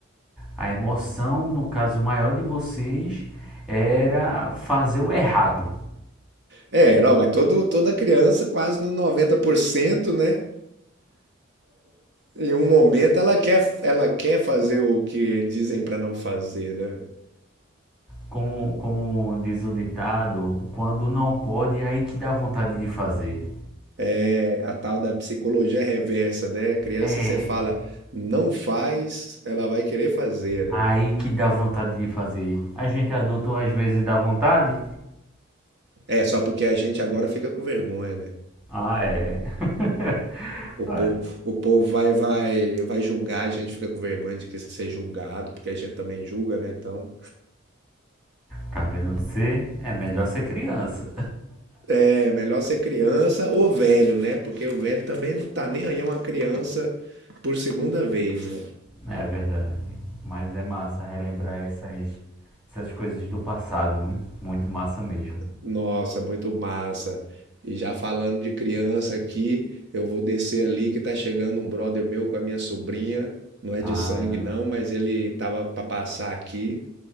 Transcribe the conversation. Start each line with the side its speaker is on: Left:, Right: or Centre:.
Centre: A emoção, no caso maior de vocês, era fazer o errado.
Right: É, não, mas todo, toda criança, quase no 90%, né? Em um momento ela quer, ela quer fazer o que dizem para não fazer, né?
Centre: Como, como diz o ditado, quando não pode, é aí que dá vontade de fazer.
Right: É a tal da psicologia reversa, né? Criança
Centre: É,
Right: você fala, não faz, ela vai querer fazer, né?
Centre: Aí que dá vontade de fazer. A gente adulto às vezes dá vontade.
Right: É, só porque a gente agora fica com vergonha, né?
Centre: Ah, é. <laughs>
Right: O
Centre: Ai,
Right: povo, o povo vai, vai, vai julgar, a gente fica com vergonha de que ser julgado, porque a gente também julga, né? Então,
Centre: Tá vendo você? É melhor ser criança.
Right: é melhor ser criança ou velho, né? Porque o velho também não tá nem aí, é uma criança por segunda vez, né?
Centre: É verdade. Mas é massa relembrar essas, essas coisas do passado. viu? Muito massa mesmo.
Right: Nossa, muito massa. E já falando de criança aqui, eu vou descer ali que tá chegando um brother meu com a minha sobrinha. Não é
Centre: Ah,
Right: de sangue não, mas ele tava para passar aqui